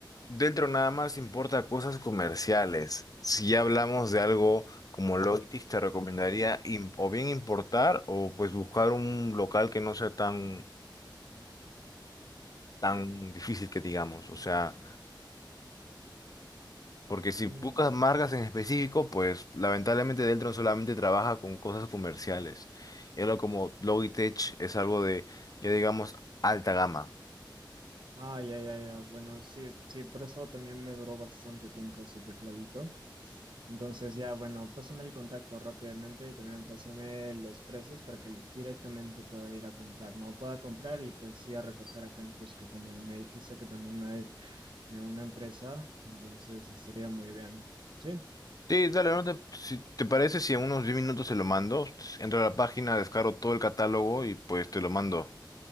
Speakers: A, on the left; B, on the right.
A: dentro nada más importa cosas comerciales. Si ya hablamos de
B: Mm,
A: algo como Logitech, te recomendaría im- o bien importar o pues buscar un local que no sea tan, tan difícil que digamos. O sea. Porque si
B: mm,
A: buscas marcas en específico, pues lamentablemente Deltron solamente trabaja con cosas comerciales. Y algo como Logitech es algo de, ya digamos, alta gama.
B: Ah, ya, ya, ya. Bueno, sí, sí, por eso también me duró bastante tiempo ese tecladito. Entonces, ya, bueno, pásame el contacto rápidamente y también pásame los precios para que directamente pueda ir a comprar, ¿no? Pueda comprar y pues sí a recoger acá en Cusco, como me dijiste que también hay eh, una empresa, entonces estaría muy bien. ¿Sí?
A: Sí, dale, no te, si te parece, si en unos 10 minutos se lo mando, entro a la página, descargo todo el catálogo y pues te lo mando.